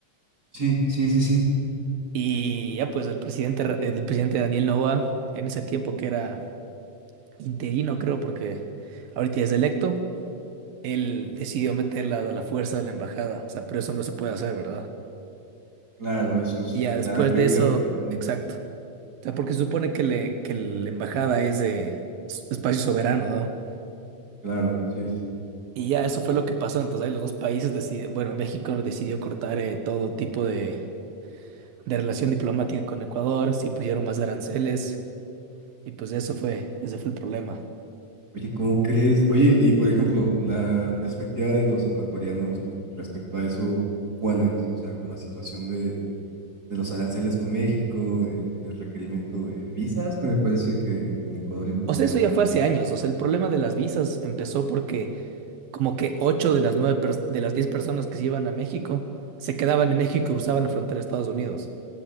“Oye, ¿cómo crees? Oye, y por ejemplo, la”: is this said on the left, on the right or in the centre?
Right